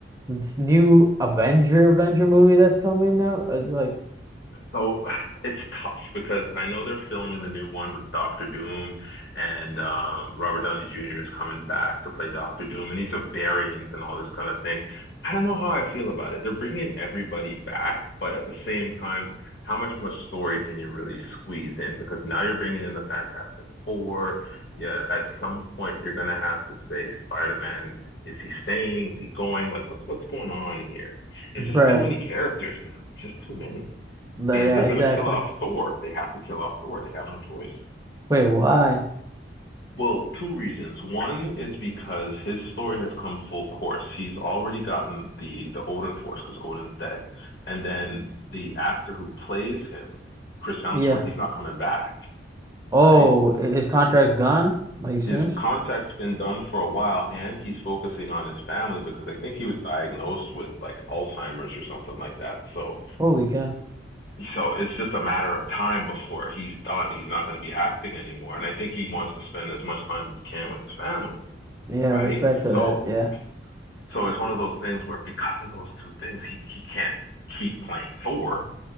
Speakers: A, on the right; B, on the left.
A: this new Avenger Avenger movie that's coming out? It's like,
B: So <laughs> it's tough because I know they're filming the new one with Doctor Doom, and um, Robert Downey Jr. is coming back to play Doctor Doom, and he's a variant and all this kind of thing. I don't know how I feel about it. They're bringing everybody back, but at the same time, how much more story can you really squeeze in? Because now you're bringing in the Fantastic Four. Yeah, at some point you're gonna have to say Spider-Man. Is he staying? Is he going? Like, what, what's going on here? It's just
A: <laughs> right,
B: too many characters now. It's just too many
A: The-
B: and
A: yeah,
B: they're going
A: exactly.
B: to kill off Thor. They have to kill off Thor. They have no choice.
A: Wait, why?
B: Well, two reasons. One is because his story has come full course. He's already gotten the the Odin force because Odin's dead, and then the actor who plays him, Chris Hemsworth,
A: Yeah.
B: he's not coming back,
A: Oh,
B: right?
A: his contract's gone? Like he's
B: His
A: finished?
B: contact's been done for a while, and he's focusing on his family because I think he was diagnosed with like Alzheimer's or something like that. So
A: Holy cow.
B: so it's just a matter of time before he's done. He's not going to be acting anymore, and I think he wants to spend as much time as he can with his family,
A: Yeah,
B: right?
A: respect to
B: So,
A: that. Yeah.
B: so it's one of those things where because of those two things, he he can't keep playing four,